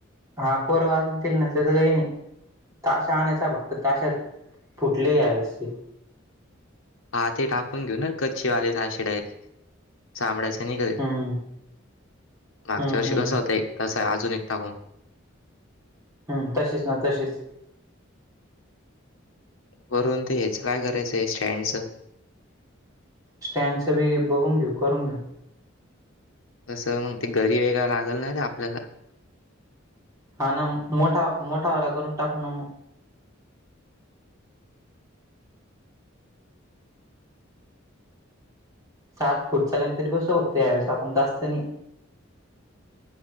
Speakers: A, on the right; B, on the left.
A: हा पोर वाचततील ना त्याचं काही नाही. ताशा आणायचा फक्त ताश्या फुटले यावेळेशी
B: हा ते टाकून घेऊ ना कच्चे वाले ताशे डायर चामड्याच नाय का ते
A: हम्म
B: मागच्या
A: हम्म
B: वर्षी
A: हम्म
B: कस होत एक तसा अजून एक टाकू
A: हम्म तशीच ना तशीच
B: वरून तर हेच काय करायचंय स्टँडचं
A: स्टँडच बी बघून घेऊ करून घेऊ.
B: कस मग ते घरी वेगं लागल ना र आपल्याला
A: हा ना मोठा मोठावाला करून टाकू ना मग. सात फुट चा गणपती बसू फक्त. यावेळेस आपण जास्त नाही.